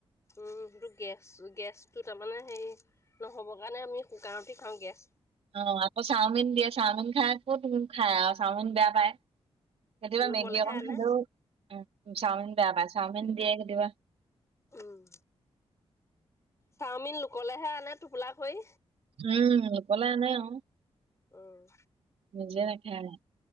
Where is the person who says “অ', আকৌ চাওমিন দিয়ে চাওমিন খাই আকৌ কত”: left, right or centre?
Right